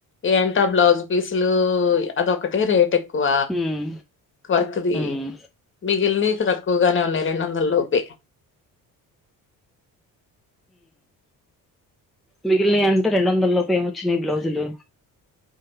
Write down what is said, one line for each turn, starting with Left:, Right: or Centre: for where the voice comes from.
Left: ఏంట బ్లౌజ్ పీసులు అద ఒకటే రేట్ ఎక్కువ
Centre: ఉమ్
Left: వర్క్ది
Centre: ఉమ్
Left: మిగిలి తక్కువగానే ఉన్నాయి రెం వందల లోపే
Centre: మిగిలిని అంటే రెండు వందల లోప ఏమిొచ్చినాయి బ్లౌజులు